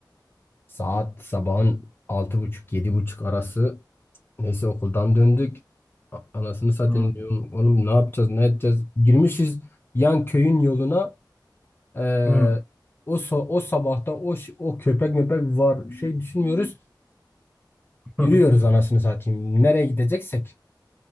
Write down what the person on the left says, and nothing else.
Saat sabahın altı buçuk yedi buçuk arası Neyse okuldan döndük. A- Anasını satayım
diyorum. Oğlum ne yapacağız ne edeceğiz? Girmişiz yan köyün yoluna. Ee,
o, sa- o sabahta o, ş- o köpek möpek var şey düşünmüyoruz. Yürüyoruz
anasını satayım. Nereye gideceksek.